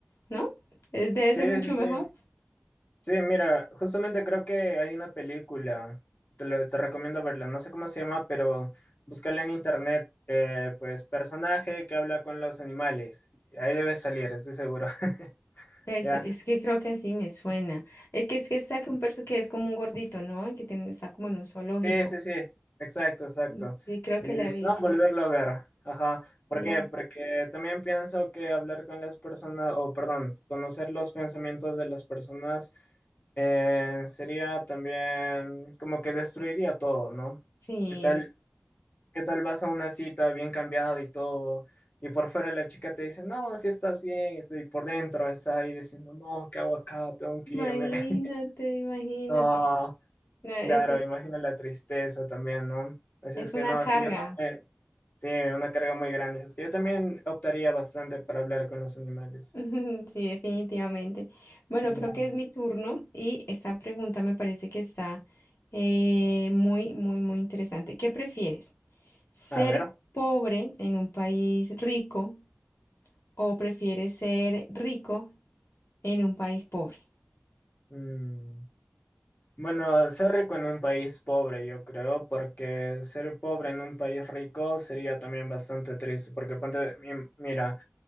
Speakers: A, on the left; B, on the left.
A: ¿no? Es- debe
B: sí,
A: ser mucho
B: sí, sí.
A: mejor.
B: Sí, mira, justamente creo que hay una película, te, lo- te recomiendo verla, no sé cómo se llama, pero búscala en internet, eh, pues personaje que habla con los animales, ahí debe salir, estoy seguro, <laughs>
A: Perso,
B: ¿ya?
A: es que creo que así me suena. Es que es que está que un perso que es como un gordito, ¿no? Y Que tiene, está como en un zoológico.
B: Sí, sí, sí, exacto, exacto.
A: Mm, Sí, creo
B: Y
A: que
B: dice
A: la he visto.
B: no, volverlo a ver, ajá, ¿por
A: La,
B: qué? Porque también pienso que hablar con las personas, o perdón, conocer los pensamientos de las personas eh, sería también como que destruiría todo, ¿no?
A: sí.
B: ¿Qué tal? ¿Qué tal vas a una cita bien cambiado y todo? Y por fuera la chica te dice, no, si estás bien, estoy por dentro, está ahí diciendo, no, ¿qué hago acá? Tengo que
A: Imagínate,
B: irme. <laughs>
A: imagínate.
B: No,
A: No, es,
B: claro, imagina la tristeza también, ¿no? Así
A: es
B: es que
A: una
B: no,
A: carga.
B: sí, yo también, sí, una carga muy grande. Así es que yo también optaría bastante para hablar con los animales.
A: <laughs> Sí, definitivamente. Bueno,
B: Ujú.
A: creo que es mi turno y esta pregunta me parece que está eh, muy, muy, muy interesante. ¿Qué prefieres? ¿Ser
B: A ver.
A: pobre en un país rico? o prefieres ser rico en un país pobre?
B: mm, Bueno, ser rico en un país pobre, yo creo, porque ser pobre en un país rico sería también bastante triste, porque ponte, mi- mira.